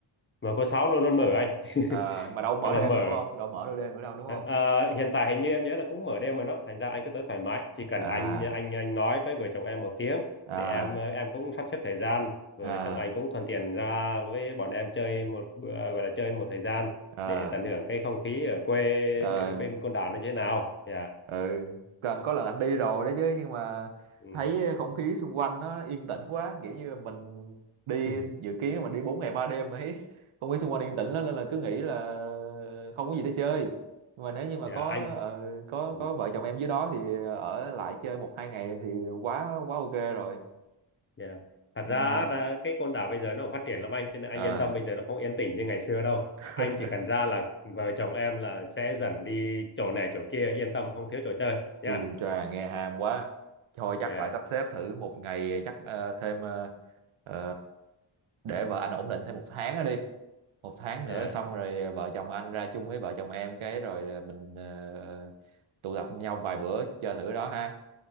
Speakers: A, on the left (about 25°); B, on the right (about 80°).
A: mở có sáu luôn luôn mở anh <laughs>
B: à, mà đâu mở
A: gọi là
B: đêm
A: mở
B: đâu đúng không đâu mở đâu đêm nữa đâu đúng không
A: Ờ, ờ, hiện tại hình như em nhớ là cũng mở đêm mà nó thành ra anh cứ tới thoải mái chỉ cần
B: à
A: anh anh anh nói với vợ chồng em một tiếng
B: à
A: để em ờ, em cũng sắp xếp thời gian vợ
B: à
A: chồng anh cũng thuận tiện ra với bọn em chơi một bữa ờ, gọi là chơi một thời gian
B: à,
A: để tận hưởng cái không khí ở quê
B: à.
A: bên, bên côn đảo nó như thế nào dạ
B: ừ có có lần anh đi rồi đấy chứ nhưng mà
A: ừ.
B: thấy không khí xung quanh nó yên tĩnh quá kiểu như mình đi
A: <laughs>
B: dự kiến mà đi 4 ngày 3 đêm mà thấy <laughs> không khí xung quanh yên tĩnh lắm nên là cứ nghĩ là không có gì để chơi nhưng mà nếu như mà
A: dạ
B: có
A: anh
B: ờ, có
A: ừ.
B: có vợ chồng em dưới đó thì ở lại chơi một hai ngày thì quá quá ok rồi
A: Yeah. Thật
B: ừ.
A: ra đã, cái con đảo bây giờ nó cũng phát triển lắm anh cho nên anh
B: à
A: yên tâm bây giờ nó không yên tĩnh như ngày xưa đâu
B: <laughs>
A: anh chỉ cần ra là vợ chồng em là sẽ dần đi chỗ này chỗ kia yên tâm không thiếu chỗ chơi nha
B: chù
A: yeah.
B: chà nghe ham quá thôi chắc
A: yeah.
B: phải sắp xếp thử một ngày chắc ờ, thêm ờ, ờ, để vợ anh ổn định thêm một tháng nữa đi một tháng
A: yeah.
B: nữa là xong rồi ờ, vợ chồng anh ra chung với vợ chồng em cái rồi là mình ờ, tụ tập nhau vài bữa chơi thử đó ha